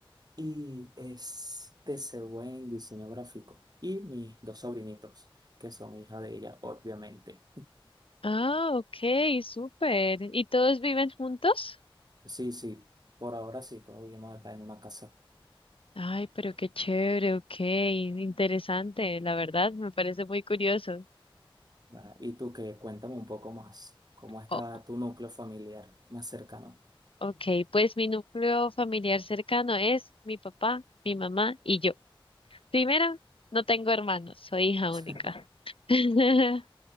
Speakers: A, on the right; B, on the left.
A: y es TCU en diseño gráfico. Y mis dos sobrinitos, que son hija de ella, obviamente.
B: Ah, ok, súper. ¿Y todos viven juntos?
A: Sí, sí, por ahora sí, todos vivimos acá en una casa.
B: Ay, pero qué chévere, ok, interesante, la verdad, me parece muy curioso.
A: ¿verdad? Y tú que cuéntame un poco más, ¿cómo está
B: Oh,
A: tu núcleo familiar más cercano?
B: ok, pues mi núcleo familiar cercano es mi papá, mi mamá y yo. Primero, no tengo hermanos, soy hija
A: <laughs>
B: única. <laughs>